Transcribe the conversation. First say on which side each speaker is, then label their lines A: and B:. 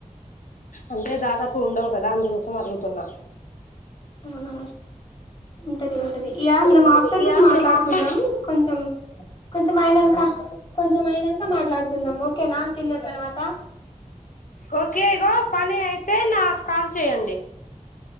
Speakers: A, on the left (about 80°); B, on the left (about 35°).
A: అంటే దాదాపు ఉండవు కదా అందుకోసం అడుగుతున్నా
B: అవునా ఉంటది ఉంటది ఇగా మనం
A: ఉంటది
B: ఆఫ్టర్నూన్
A: ఇగ
B: మాట్లాడుకుందాం
A: మేము ఆఫర్
B: కొంచం కొంచెం అయినాంక కొంచెం అయినాంక మాట్లాడుకుందాం ఓకేనా తిన్న తర్వాత
A: ఓకే ఇగో పని అయితే నాకు కాల్ చేయండి